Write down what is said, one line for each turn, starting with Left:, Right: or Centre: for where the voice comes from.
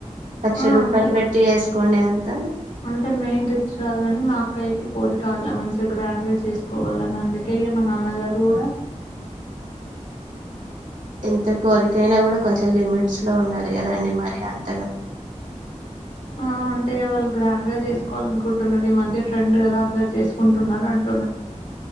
Right: లక్ష
Left: ఆ
Right: రూపాయలు
Left: అంటే
Right: పెట్టి వేసుకోండి అంత
Left: అంటే మేము రిచ్చ్ కాదు కాని మా అక్కయికి కోరికలా మంచి మంచిగా గ్రాండ్ గా చేసుకోవాలని అందుకే ఇగా మా నాన్నగారు కూడా
Right: ఎంత కోరిక అయినా కూడా కొంచెం లిమిట్స్ లో ఉండాలి కదండి మరి అంత
Left: ఆ అంటే వాళ్ళు గ్రాండ్ గా చేసుకు కోవాలనుకుంటున్నారు ఈ మధ్య ట్రెండ్ కదా అందరూ చేసుకుంటున్నారు అంటూ